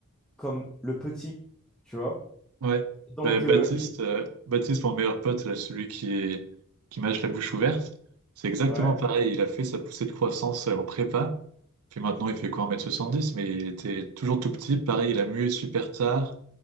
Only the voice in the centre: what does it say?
comme le petit, tu vois?
Donc,
euh, il...
Ouais.